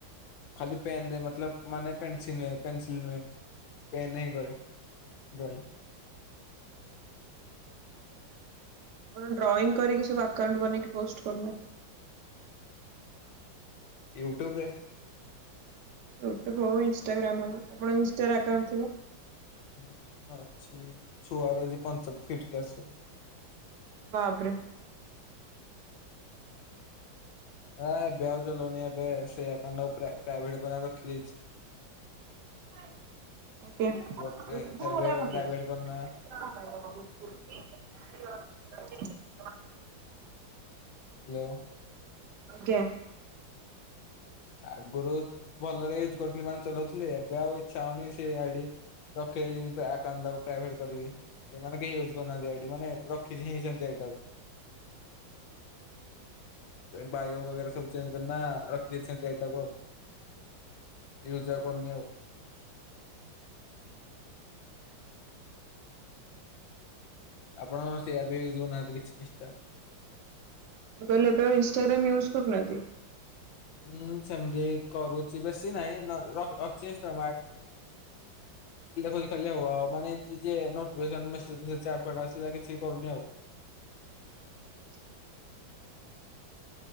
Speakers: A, on the left; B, on the right.
A: ଖାଲି ପେନ ରେ ମ ମାନେ ପେନସ ନୁହଁ ପେନସିଲ ନୁହେଁ ପେନ୍ ହିଁ କରେ ଡ୍ରଇଂ
B: ଆଣ ଡ୍ରଇ କରିକି ସୁଟେଇକୁନାହାନ୍ତି
A: ୟୁଟ୍ୟୁବରେ
B: ୟୁଟ୍ୟୁବ ହଉ ଇନଷ୍ଟାଗ୍ରାମ ହଉ ଆପଣଙ୍କ ଇନଷ୍ଟ ଆକାଉଣ୍ଟ ଥିବ
A: ହୁଁ ଅଛି ଛୁଆର ଅଛି ପଞ୍ଚ ଫିଥ କ୍ଲାସ ର
B: ବାପରେ
A: ହଁ ବ ଲନୀ ଏବେ ସେଇ କଣ୍ଡ ପ୍ରାୟ ପ୍ରାଇଭେଟ କାର ଖିଲିଛି
B: ଆ
A: ବଟ ଏବେ ପ୍ରାଇଭେଟ କନା ହ୍ୟାଲୋ
B: ଆଜ୍ଞ
A: ଆଗରୁ ଭଲରେ ୟୁଜ କରୁଥିଲି ମାନେ ଚଲଉଥିଲଥିଲେ ଏବେ ଆଉ ଇଚ୍ଛା ହଉନି ସେ ଆଇଡି ରଖିାଇ ଆକାଉଣ୍ଟ ଟାକୁ ପ୍ରାଇଭେଟ କରିକି ଏମାନେ କେହି ହଉଛି ଦିି ମାନେ ରିଛିଇାୁଛିଲର ବାୟ ସବୁ ରିସେଣ୍ଟଇଟକୁ ୟୁଜ କନ୍ୟ ଆପଣଙ୍କ ସେଇୟପ ୟଜ୍ୁନାହାନ୍ତି କିଛିିନିଟା
B: କହିଲେ ଏପବେ ଆଉ ଇନ୍ଷ୍ଟାଗ୍ରାମ ୟୁଜ କରୁନା
A: ହଁ ସେମିତି କରୁଛି ବେଶୀ ନହିଁ ଅ ଆଇ ଅଛିମତି ଫୋ ଖ ହଉ ଆଉ ମାନେ ଟେ ଆସିଲେ ଯ କିଛି କରୁନି ଆଉ
B: ଆଚ୍ଛା